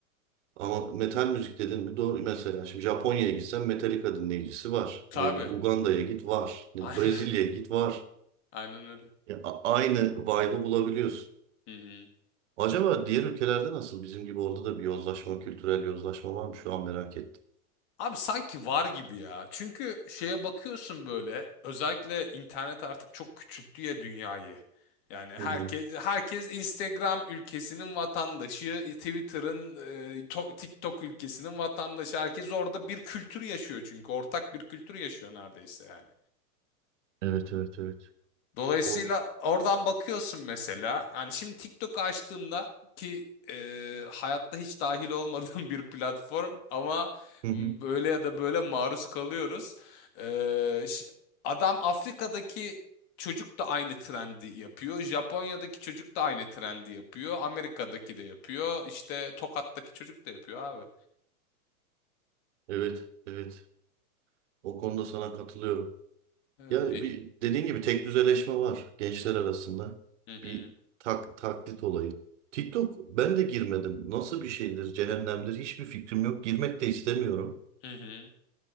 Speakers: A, on the right; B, on the left.
A: Ama metal müzik dedin mi? Doğru. Mesela şimdi Japonya'ya gitsen Metallica dinleyicisi var.
B: Tabii.
A: Ne bileyim Uganda'ya git var. Ne-
B: <laughs> Aynen.
A: bileyim, Brezilya'ya git var.
B: Aynen öyle.
A: Ya, a- aynı vibe'ı bulabiliyorsun.
B: Hı hı.
A: Acaba diğer ülkelerde nasıl? Bizim gibi orada da bir yozlaşma, kültürel yozlaşma var mı? Şu an merak ettim.
B: Abi sanki var gibi ya. Çünkü şeye bakıyorsun böyle özellikle internet artık çok küçülttü ya dünyayı. Yani herkes
A: Hı hı.
B: herkes Instagram ülkesinin vatandaşı, e, Twitter'ın, e, to- TikTok ülkesinin vatandaşı. Herkes orada bir kültür yaşıyor çünkü ortak bir kültür yaşıyor neredeyse yani.
A: Evet, evet, evet.
B: Dolayısıyla
A: O...
B: oradan bakıyorsun mesela. Yani şimdi TikTok açtığımda ki e, hayatta hiç dahil olmadığım <laughs> bir platform ama
A: Hı
B: böyle
A: hı.
B: ya da böyle maruz kalıyoruz. E, ş- adam Afrika'daki çocuk da aynı trendi yapıyor. Japonya'daki çocuk da aynı trendi yapıyor. Amerika'daki de yapıyor. İşte Tokat'taki çocuk da yapıyor abi.
A: Evet, evet. O konuda sana katılıyorum.
B: Evet
A: Ya
B: değil.
A: bir dediğin gibi tek düzeleşme var gençler arasında.
B: Hı hı.
A: Bir tak, taklit olayı. TikTok ben de girmedim. Nasıl bir şeydir, cehennemdir hiçbir fikrim yok. Girmek de istemiyorum.
B: Hı hı.